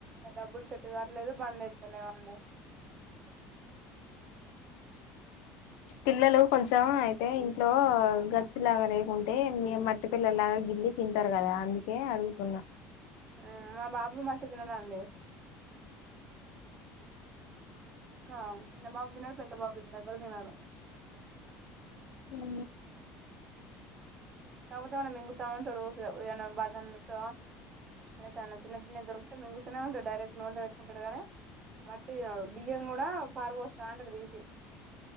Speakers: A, on the right; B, on the left.
A: డబ్బులు సేట్ సేట్ కావట్లేదు బండేత్తలేమండి.
B: పిల్లలు కొంచెం అయితే ఇంట్లో గర్చ్చిలాగా లేేకుంటే. మట్టి పిల్లలులాగా గిల్లి తింటారు కదా. అందుకే అడుగుతున్నా.
A: ఆ మా బాబు మాట్ ట్టు తినడండి ఆ చిన్న బాబు దినాడు పెద్ద బాబు దినడు ఎవర్ దినరు
B: మ్
A: కాకపోతే ఏమనా మింగుతా ఉంటాడు. ఏ బటన్లు స <unintelligible> అన్న చిన్న చిన్నవి దొరుకితే మింగుతూనే ఉంటాడు. డైరెక్ట్ నిన్లో పెట్టుకుంటాడు కానీ. మట్టి తినడు బియ్యం కూడా పారపోస్తా అంటాడు తీసి